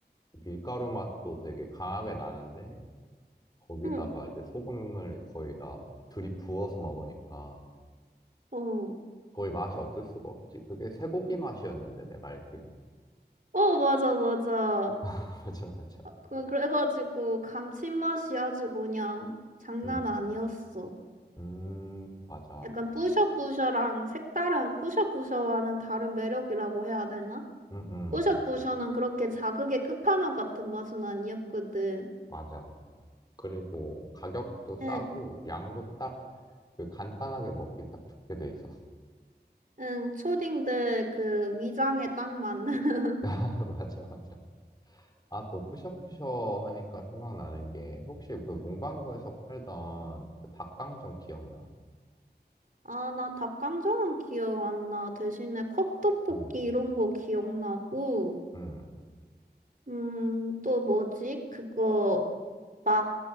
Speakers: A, on the left; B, on the right.
A: 밀가루 맛도 되게 강하게 나는데 거기다가
B: 응,
A: 이제 소금을 거의 다 들이 부어서 먹으니까
B: 어,
A: 거의 맛이 없을 수가 없지. 그게 쇠고기 맛이었는데 내가 알기로.
B: 어 맞아 맞아.
A: <laughs> 맞아, 맞아.
B: 그 그래가지고 감칠맛이 아주 그냥 장난
A: 음.
B: 아니었어.
A: 음, 맞아.
B: 약간 뿌셔뿌셔랑 색다른 뿌셔뿌셔와는 다른 매력이라고 해야 되나?
A: 응, 응.
B: 뿌셔뿌셔는 그렇게 자극의 끝판왕 같은 맛은 아니었거든.
A: 맞아. 그리고 가격도 싸고
B: 응,
A: 양도 딱 그 간단하게 먹기 딱 좋게 돼 있었어.
B: 응, 초딩들 그 위장에 딱 맞는. <laughs>
A: <laughs> 맞아, 맞아. 아, 또 뿌셔뿌셔 하니까 생각나는 게 혹시 그 문방구에서 팔던 그 닭강정 기억나?
B: 아, 나 닭강정은 기억 안 나. 대신에 컵떡볶이
A: 음,
B: 이런 거 기억나고.
A: 음.
B: 음, 또 뭐지? 그거 막